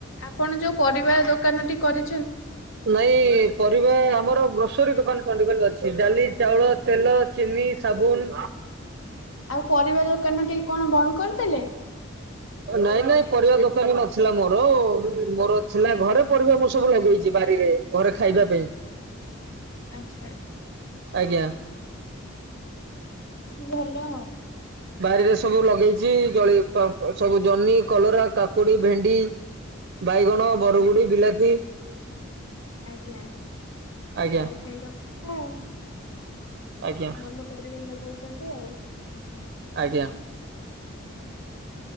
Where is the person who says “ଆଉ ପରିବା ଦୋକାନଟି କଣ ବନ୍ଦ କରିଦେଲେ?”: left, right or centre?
Left